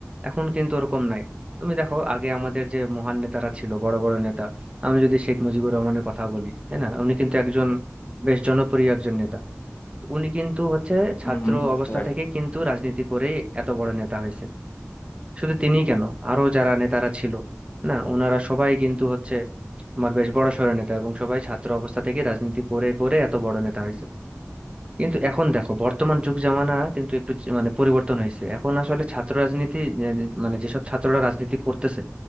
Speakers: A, on the right; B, on the left.
A: এখন কিন্তু ওরকম নাই তুমি দেখো আগে আমাদের যে মহান নেতারা ছিল বড় বড় নেতা আমি যদি শেখ মুজিবুর রহমানের কথা বলি তাই না উনি কিন্তু একজন বেশ জনপ্রিয় একজন নেতা তো উনি কিন্তু হচ্ছে ছাত্র
B: হম বুঝতে
A: অবস্থা
B: পারছি
A: থেকে কিন্তু রাজনীতি করেই এত বড় নেতা হয়েছে শুধু তিনি কেন আরো যারা নেতারা ছিল না ওনারা সবাই কিন্তু হচ্ছে তোমার বেশ বড় সড় নেতা এবং সবাই ছাত্র অবস্থা থেকে রাজনীতি করে করে এত বড় নেতা হয়েছে কিন্তু এখন দেখো বর্তমান যুগ জামানা কিন্তু একটু চে- মানে পরিবর্তন হয়েছে এখন আসলে ছাত্র রাজনীতি এ, মানে যেসব ছাত্ররা রাজনীতি করতেছে